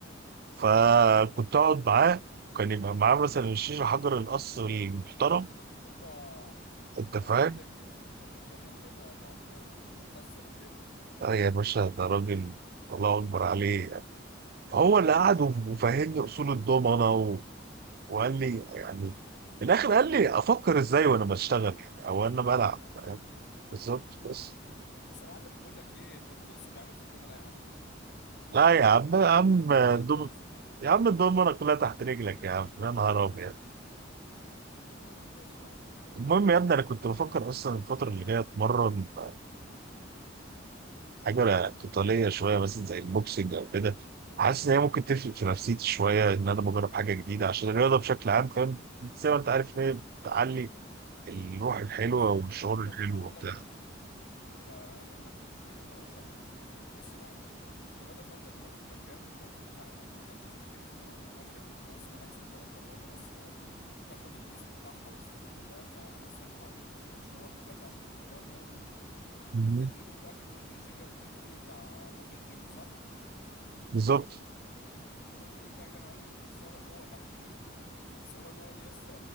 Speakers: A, on the right; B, on the left.
A: فكنت اقعد معاه كان يبقى معاه مثلا الشيشه حجر القص المحترم
B: اوبا
A: انت
B: ده
A: فاهم
B: كده كده انت من كلامك كده ده هتلاقيه مكسر الدنيا
A: اه يا باشا ده راجل الله اكبر عليه فهو
B: يعني
A: اللي قعد وف- وفهمني اصول الضمنه و... وقال لي يعني في الاخر قال لي افكر ازاي وانا بشتغل يعني او انا بلعب
B: ايوه ايوه
A: فاهم بالظبط بس
B: بس يا معلم بقول لك ايه انت بتنصب يا عم في الضمنه يا عم
A: لا يا عم يا عم الدوم
B: والله بتنصب
A: يا عم الضمنه كلها تحت رجلك يا عم يا نهار ابيض
B: يا عم ماشي يا عم
A: المهم يا ابني انا كنت بفكر اصلا الفتره اللي جايه اتمرن آه، حاجه قتاليه شويه مثلا زي البوكسنج او كده حاسس ان هي ممكن تفرق في نفسيتي شويه ان انا بجرب حاجه جديده عشان الرياضه بشكل عام فاهم زي ما انت عارف ان هي بتعلي الروح الحلوه
B: طب بص
A: والشعور
B: انا هقول
A: الحلو
B: لك هقول
A: وبتاع
B: لك اوبشن انت هقول لك اوبشن حلو قوي تعمله بص يا معلم انت بدل ما انت تروح في مكان وتدفع تدفع فلوس كتير فيه وفي الاخر انت اصلا عايز تتمرن كرياضه بس اللي هو ايه تاخد الجسم بتاعها وتستفيد منها كصحه وكده مش اللي هو مش داخل عشان بطولات يعني
A: مهم.
B: انت الجيم بتاعك انت قلت لي الجيم ان انت فيه بتاع وورلد جيم صح
A: بالظبط
B: انت الجيم بتاعك ده يا معلم فيه صاله جوه تحت كده الصاله جوه دي لسه